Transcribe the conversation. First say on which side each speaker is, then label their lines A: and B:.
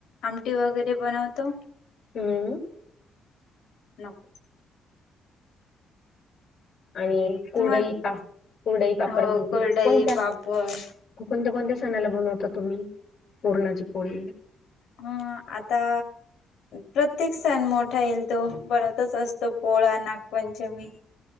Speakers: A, on the left; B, on the left.
A: आमटी वगैरे बनवतो.
B: हम्म.
A: नको.
B: आणि कुरडई
A: तुम्हाला
B: पाप कुरडई पापड
A: हो
B: भजी
A: कुरडई,
B: कोणत्या
A: पापड
B: कोणत्या कोणत्या सणाला बनवता तुम्ही पुरणाची पोळी?
A: हं आता प्रत्येक सण मोठा येईल तो बनतच असतो पोळा, नागपंचमी.